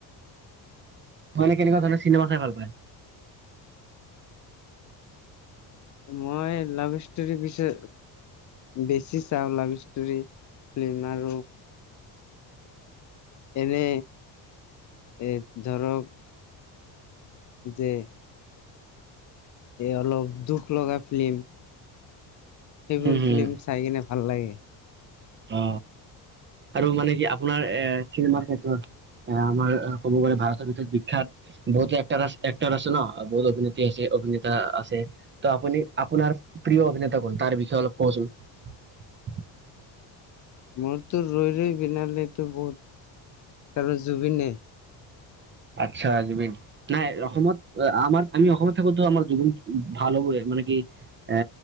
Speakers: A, on the right; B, on the left.
A: নলে কেনেকুৱা ধৰণে চিনেমা চাই ভাল পায়।
B: মই লাভ ষ্টৰী বিচ। বেছি চাওঁ লাভ ষ্টৰি ফিল্ম আৰু। এনে এৰ ধৰক। যে। এ অলপ দুখ লগা ফিল্ম।
A: উম,
B: সেইবোৰ
A: হুম,
B: ফিল্ম চাই কিনে ভাল লাগে।
A: অ আৰু মানে কি আপোনাৰ এ চিনেমাৰ ক্ষেত্ৰত। এ আমাৰ ক'ব গ'লে ভাৰতৰ ভিতৰত বিখ্যাত বহুতো একট আ এক্টাৰ আছে ন বহুত অভিনেত্ৰী আছে। অভিনেতা আছে ত আপুনি আপোনাৰ প্ৰিয় অভিনেতা কোন তাৰ বিষয়ে অলপ কবচোন। <unintelligible>
B: মোৰতো ৰৈ লৈ বিনালেতো বহুত আৰু জুবিনে
A: আচ্ছা জুবিন নাই অসমত আমাৰ আমি অসমত থাকো তো আমাৰ জুবিন ভাল হবই মানে কি এ